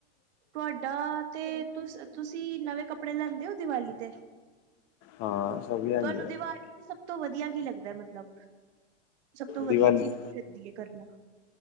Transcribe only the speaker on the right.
ਤੁਹਾਡਾ ਤੇ ਤੁ ਤੁਸੀਂ ਨਵੇਂ ਕੱਪ ਕੱਪੜੇ ਲੈਂਦੇ ਹੋ ਦੀਵਾਲੀ ਤੇ
ਤੁਹਾਨੂੰ ਦੀਵਾਲੀ
ਸਭ ਤੋਂ ਵਧੀਆ ਕੀ ਲੱਗਦਾ ਮਤਲਬ ਸਭ ਤੋਂ ਵਧੀਆ
ਚੀਜ਼ ਕੀ ਲੱਗਦੀ ਹੈ ਕਰਨਾ।